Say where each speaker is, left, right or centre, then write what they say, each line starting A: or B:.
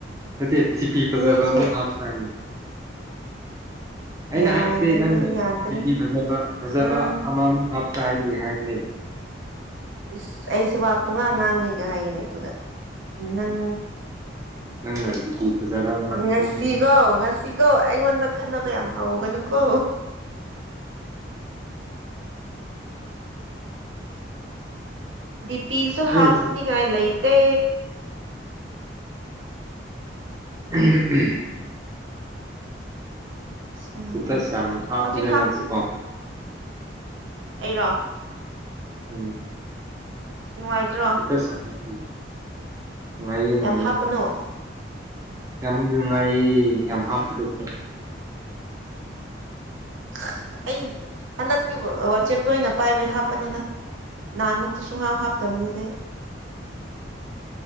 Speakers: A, on the right; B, on the right.
A: ꯅꯠꯇꯦ ꯐꯤ ꯐꯤ ꯐꯖꯕ
B: ꯅꯣꯏꯁꯦ
A: ꯑꯃꯨꯛ ꯍꯥꯞꯈꯅꯤ
B: <unintelligible>
A: ꯑꯩꯅ ꯍꯥꯏꯕꯗꯤ ꯅꯪꯅꯤ
B: ꯅꯣꯏ ꯌꯥꯗ꯭ꯔꯦ
A: ꯐꯖ ꯐꯖꯕ
B: ꯑꯥ
A: ꯑꯃꯃꯨꯛ ꯍꯥꯞꯀ ꯍꯥꯏꯗꯤ ꯍꯥꯏꯕ ꯂꯩ
B: ꯎꯝ ꯏꯁ ꯑꯩꯁꯦ ꯋꯥ ꯄꯨꯡꯉꯥꯡ ꯉꯥꯡꯉꯦꯒ ꯍꯥꯏꯒꯅꯦ ꯑꯗꯨꯗ ꯅꯪ
A: ꯅꯪꯅ ꯗꯤꯄꯤ ꯐꯖꯕ ꯑꯃ
B: ꯉꯁꯤꯒꯣ
A: ꯑꯃꯨꯛ
B: ꯉꯁꯤꯒꯣ ꯑꯩꯉꯣꯟꯗ ꯈꯟꯅꯕ ꯌꯥꯝ ꯍ ꯍꯧꯒꯅꯨꯀꯣ ꯗꯤꯄꯤꯁꯨ
A: ꯑꯩꯅ
B: ꯍꯥꯞꯅꯉꯥꯏ ꯂꯩꯇꯦ꯫
A: ꯎꯝ ꯎꯝ
B: ꯎꯝ
A: ꯁꯤꯇ
B: ꯎꯝ
A: ꯁꯥꯞꯇꯗ
B: ꯍꯧꯖꯤꯛ ꯍꯥꯞ
A: ꯅꯁꯤꯀꫭ
B: ꯑꯩꯔꯣ
A: ꯎꯝ
B: ꯅꯨꯡꯉꯥꯏꯇ꯭ꯔꯣ
A: ꯏꯁ ꯎꯝ ꯅꯨꯡꯉꯥꯏꯌꯦ ꯅꯨꯡꯉꯥꯏꯌꯦ
B: ꯌꯥꯝ ꯍꯥꯞꯀꯅꯨ
A: ꯌꯥꯝ ꯅꯨꯡꯉꯥꯏꯌꯦ ꯌꯥꯝ ꯍꯥꯞꯄꯗ ꯐ
B: <unintelligible> ꯑꯩ ꯍꯟꯗꯛꯇꯤ ꯋꯥꯆꯦꯞꯇ ꯑꯣꯏꯅ ꯄꯥꯏꯕꯩ ꯍꯥꯞꯄꯅꯤꯗ ꯅꯍꯥꯟꯃꯨꯛꯇꯤ ꯁꯨꯡꯍꯥ ꯍꯥꯞꯇꯕꯅꯤꯗꯤ